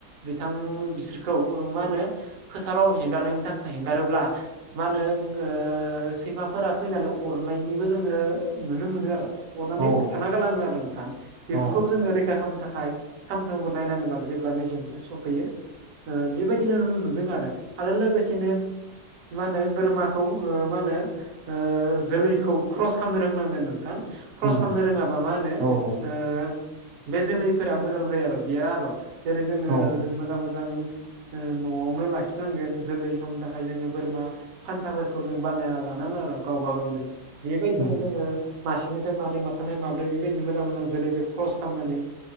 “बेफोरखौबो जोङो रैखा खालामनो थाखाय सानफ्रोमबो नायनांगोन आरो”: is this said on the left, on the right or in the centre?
Right